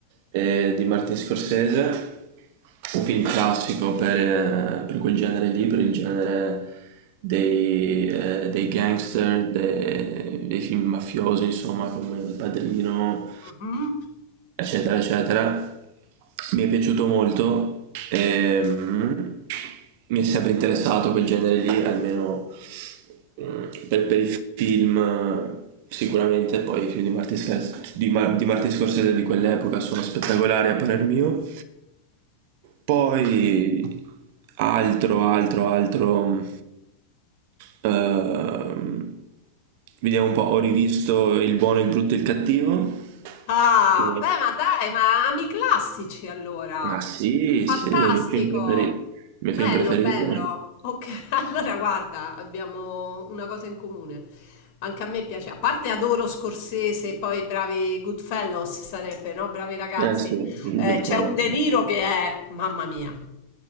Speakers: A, on the right; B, on the left.
A: eh, di Martin Scorsese, un film classico per, eh, per quel genere lì, per il genere dei, eh, dei gangster, de- dei film mafiosi, insomma, come Il Padrino
B: Mhm.
A: eccetera, eccetera. Mi è piaciuto molto, ehm, mi è sempre interessato quel genere lì, almeno mm, per, per i film eh, sicuramente, poi i film di Martin, Scorsese- di Ma- di Martin Scorsese di quell'epoca sono spettacolari a parer mio. Poi altro, altro, altro... mm, ehm, vediamo un po', ho rivisto Il buono, il brutto e il cattivo,
B: Ah,
A: che
B: beh, ma dai, ma ami i classici allora.
A: Ma sì,
B: Fantastico.
A: sì, il mio film preferito. Il mio
B: Bello,
A: film preferito?
B: bello. Ok, <laughs> allora guarda, abbiamo una cosa in comune. Anche a me piace, a parte adoro Scorsese, e poi bravi Goodfellows sarebbe, no? Bravi ragazzi.
A: Eh sì, il
B: Eh,
A: Goodfellas.
B: c'è un De Niro che è, mamma mia,